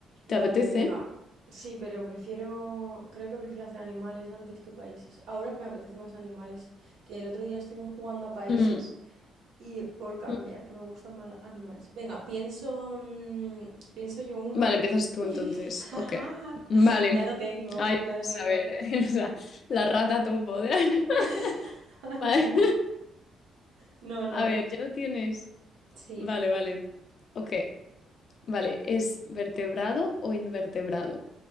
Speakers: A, on the left (about 55°); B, on the right (about 75°).
A: ¿Te
B: Dale,
A: apetece?
B: venga. Sí, pero prefiero, creo que prefiero hacer animales antes que países. Ahora me apetece más animales, que el otro día estuvimos jugando a países
A: Mm,
B: y por cambiar,
A: mm.
B: que me gustan más animales. Venga, pienso, mm, pienso yo uno.
A: Vale, empiezas tú
B: <laughs>
A: entonces. Ok. Vale.
B: Ya lo tengo,
A: Ay,
B: ya
A: vamos
B: lo tengo.
A: a ver, <laughs> o sea, la rata topo de
B: <laughs>
A: <laughs>
B: Madre
A: Vale.
B: mía. No, no.
A: A ver, ya lo tienes.
B: Sí,
A: Vale, vale. Ok, vale. ¿Es vertebrado o invertebrado?